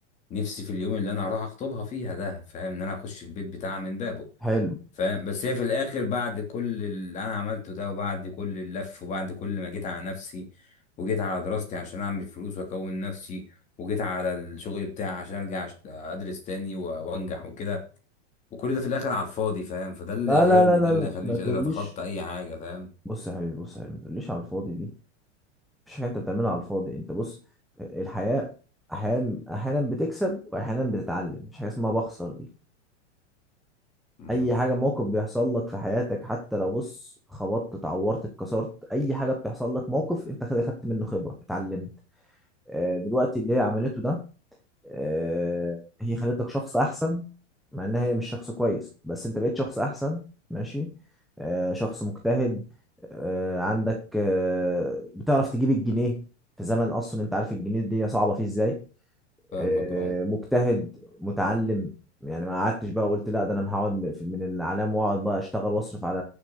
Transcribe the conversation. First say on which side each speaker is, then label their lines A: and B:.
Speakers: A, on the left; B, in the centre.
A: نفسي في اليوم اللي انا هروح اخطبها فيها ده فاهم ان انا اخش البيت بتاعها من بابه
B: حلو
A: فاهم بس هي في الاخر بعد كل اللي انا عملته ده وبعد كل اللف وبعد كل ما جيت على نفسي وجيت على دراستي عشان اعمل فلوس واكون نفسي وجيت على الشغل بتاعي عشان ارجع أشت- ادرس تاني و- وانجح وكده وكل ده في الاخر على الفاضي فاهم فده اللي
B: لا
A: قاهرني
B: لا لا لا
A: ده اللي
B: لا
A: خليني
B: ما
A: مش
B: تقوليش
A: قادر اتخطى اي حاجه فاهم
B: بص يا حبيبي بص يا حبيبي ما تقوليش على الفاضي دي مفيش حاجه انت بتعملها على الفاضي انت بص الحياه احيانا احيانا بتكسب واحيانا بتتعلم مفيش حاجه اسمها بخسر دي
A: مم.
B: اي حاجه موقف بيحصل لك في حياتك حتى لو بص خبطت اتعورت اتكسرت اي حاجه بتحصل لك موقف انت خد- خدت منه خبره اتعلمت آه، دلوقتي اللي هي عملته ده آه، هي خلتك شخص احسن مع انها هي مش شخص كويس بس انت بقيت شخص احسن ماشي آه، شخص مجتهد آه، عندك آه، بتعرف تجيب الجنيه في زمن اصلا انت عارف الجنيه الدنيا صعبه فيه ازاي
A: فاهمك
B: آه،
A: اه
B: مجتهد متعلم يعني ما قعدتش بقى قلت لا ده انا هقعد م- في- من الاعلام واقعد بقى اشتغل واصرف على